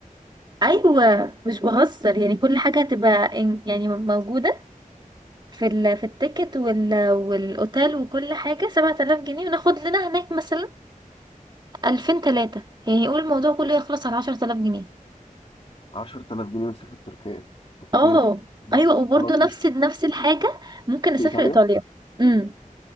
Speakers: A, on the right; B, on the left.
A: ايوه مش بهزر يعني كل حاجة هتبقى إن- يعني موجودة في ال في التيكت وال والاوتيل وكل حاجة سبعة آلاف جنيه وناخد لنا هناك مثلا ألفين تلاتة يعني يقول الموضوع كله يخلص على عشرة آلاف جنيه
B: 10000 جنيه ونسافر تركيا اوكي
A: اه
B: بص
A: ايوه وبرضه
B: خلاص
A: نفس
B: قشطة
A: نفس الحاجه ممكن اسافر
B: في ايطاليا
A: ايطاليا امم